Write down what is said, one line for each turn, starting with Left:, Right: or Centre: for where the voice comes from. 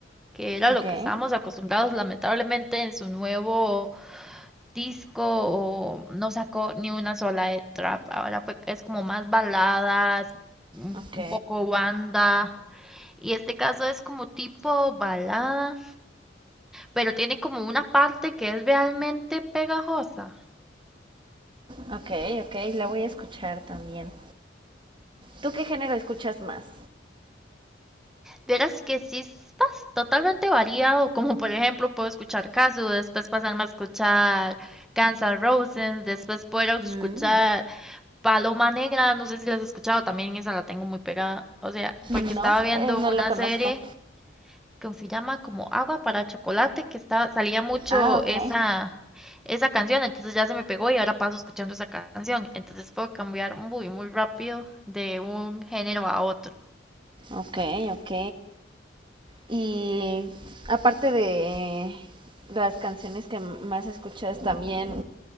Centre: que era
Right: Ok,
Centre: lo que estábamos acostumbrados, lamentablemente, en su nuevo disco o no sacó ni una sola de trap. Ahora fue- es como más baladas, un,
Right: ok,
Centre: un poco banda. Y este caso es como tipo balada, pero tiene como una parte que es realmente pegajosa.
Right: ok, ok. La voy a escuchar también. ¿Tú qué género escuchas más?
Centre: Verás que sí es bas- totalmente variado, como por ejemplo puedo escuchar Casu, después pasarme a escuchar Guns N' Roses, después puedo escuchar
Right: Mm.
Centre: Paloma Negra, no sé si las has escuchado, también esa la tengo muy pegada. O sea,
Right: No.
Centre: porque estaba viendo
Right: Eh, no lo
Centre: una
Right: conozco.
Centre: serie que se llama como Agua para Chocolate, que estaba, salía mucho
Right: Ah, ok.
Centre: esa, esa canción, entonces ya se me pegó y ahora paso escuchando esa canción. Entonces puedo cambiar muy, muy rápido de un género a otro.
Right: Ok, ok. Y aparte de las canciones que más escuchas, también